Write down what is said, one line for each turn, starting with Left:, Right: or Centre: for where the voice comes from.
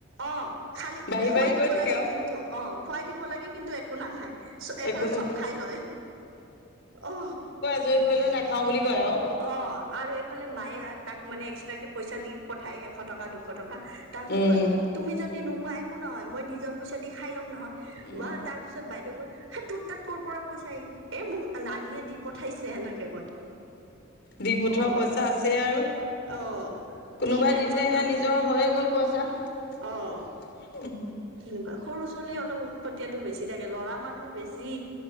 Right: অ খালী
Left: বাঢ়ি
Right: খুৱাই
Left: বাঢ়ি
Right: দিব
Left: গৈ থাকে
Right: লাগে।
Left: আৰু
Right: কিন্তু অ খোৱাই দিব লাগে কিন্তু একো নাখায় এফালে
Left: একো না
Right: চব খাই লয়। অ
Left: যি দিলেও নাখাওঁ বুলি কয় আৰু।
Right: অ আৰু এইফালে মায়ে তাক মানে এক্সট্ৰাকে পইচা দি পঠায় এশ টকা দুশ টকা তাৰ পিছত
Left: উম,
Right: কয় তুমি যদি নোখোৱা একো নহয় মই নিজৰ পইচা দি খাই লম নহয়।
Left: উম।
Right: বা তাৰ তাৰ পিছত বাইদেউ কয় তোৰ তাত ক'ৰ পৰা পইচা আহিল। এ মোক নানিয়ে দি পঠাইছে এনেকে কয়।
Left: দি পঠোৱা
Right: অ',
Left: পইচা আছেই আৰু
Right: অ',
Left: কোনোবাই
Right: সি টেনচন
Left: দিলেহে
Right: নলয়
Left: নিজৰ হৈয়ে গ'ল পইচা উ
Right: অ', তেনেকুৱা সৰু ছোৱালী অলপ উৎপতিয়াটো বেছি থাকে। ল'ৰা মানুহ বেছি